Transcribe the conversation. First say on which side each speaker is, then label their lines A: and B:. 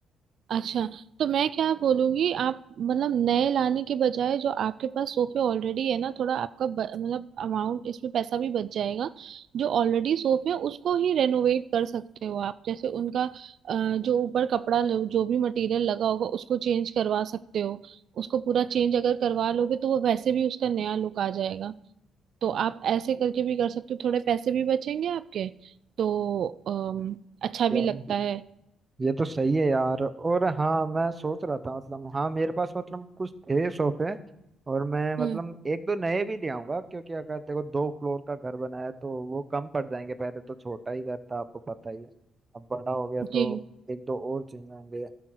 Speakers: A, on the right; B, on the right.
A: अच्छा तो मैं क्या बोलूंगी आप मतलब नए लाने के बजाय जो आपके पास सोफे ऑलरेडी है ना थोड़ा आपका ब- मतलब अमाउंट इसमें पैसा भी बच जाएगा जो ऑलरेडी सोफे हैं उसको ही रेनोवेट कर सकते हो आप जैसे उनका अ, जो ऊपर कपड़ा ल- जो भी मटेरियल लगा होगा उसको चेंज करवा सकते हो उसको पूरा चेंज अगर करवा लोगे तो वो वैसे भी उसका नया लुक आ जाएगा तो आप ऐसे करके भी कर सकते हो थोड़े पैसे भी बचेंगे आपके तो अम, अच्छा भी
B: यार
A: लगता है
B: ये तो सही है यार और हाँ मैं सोच रहा था मतलब हाँ मेरे पास मतलब कुछ थे सोफे और मैं
A: हम्म
B: मतलब एक दो नए भी ले आऊंगा क्योंकि अगर देखो दो फ्लोर का घर बनाया है, तो वो कम पड़ जाएंगे पहले तो छोटा ही घर था आपको पता ही है अब बड़ा हो गया तो
A: जी
B: एक दो और चाहिए होंगे